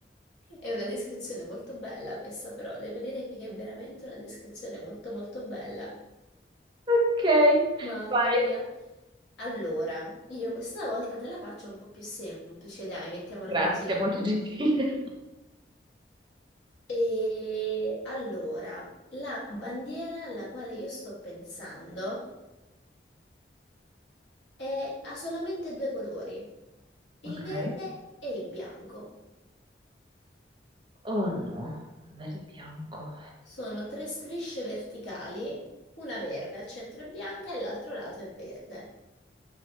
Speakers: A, on the left (about 85°); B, on the right (about 25°).
A: è una descrizione molto bella questa però, devo dire che è veramente una descrizione molto molto bella,
B: Ok,
A: mamma
B: vai.
A: mia. Allora, io questa volta te la faccio un po' più semplice, dai, mettiamola
B: Grazie,
A: così.
B: molto gentile.
A: E allora, la bandiera alla quale io sto pensando e ha solamente due colori, il
B: Ok.
A: verde e il bianco.
B: Oh no, verde e bianco.
A: Sono tre strisce verticali, una verde al centro è bianca e l'altro lato è verde.